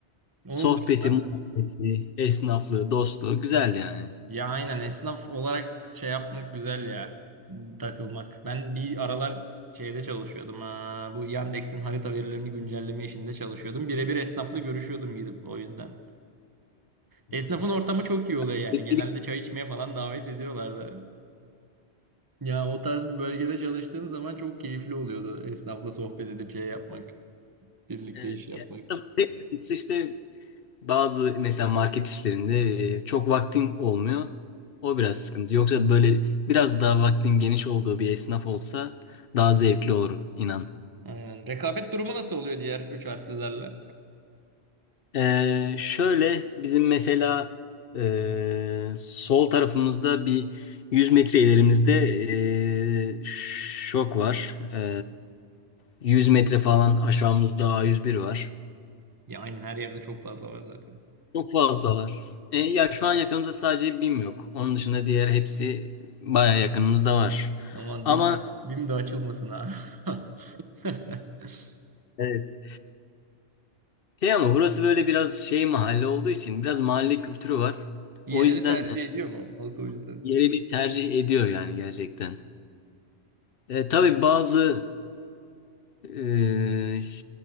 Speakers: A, on the right; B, on the left.
A: Onun
B: sohbeti,
A: dışında.
B: muhabbeti, esnaflığı, dostluğu güzel yani.
A: Ya aynen esnaf olarak şey yapmak güzel ya. Takılmak. Ben bir aralar şeyde çalışıyordum. Ha. Bu Yandex'in harita verilerini güncelleme işinde çalışıyordum. Birebir esnafla görüşüyordum gidip o yüzden. Esnafın
B: Evet.
A: ortamı çok iyi oluyor yani.
B: Evet,
A: Genelde çay içmeye falan davet ediyorlardı. Ya o tarz bir bölgede çalıştığım zaman çok keyifli oluyordu esnafla sohbet edip şey yapmak. Birlikte
B: Evet.
A: iş yapmak.
B: yani esnafın tek sıkıntısı işte Bazı mesela market işlerinde e, çok vaktin olmuyor. O biraz sıkıntı. Yoksa böyle biraz daha vaktin geniş olduğu bir esnaf olsa daha zevkli olur inan.
A: Aynen. Rekabet durumu nasıl oluyor diğer üç harflilerle?
B: Ee, şöyle bizim mesela e, sol tarafımızda bir 100 metre ilerimizde e, şok var. E, 100 metre falan aşağımızda A101 var.
A: Ya aynen her yerde çok fazla var zaten.
B: Çok fazla var. E, ya şu an yakınımızda sadece BİM yok. Onun dışında diğer hepsi baya yakınımızda var.
A: Aman
B: Ama
A: BİM de, BİM de açılmasın ha. <laughs>
B: evet. Şey ama burası böyle biraz şey mahalle olduğu için biraz mahalle kültürü var.
A: Yereli
B: O yüzden
A: tercih
B: e,
A: ediyor mu halk o yüzden?
B: yeri bir tercih ediyor yani gerçekten. E, tabii bazı e,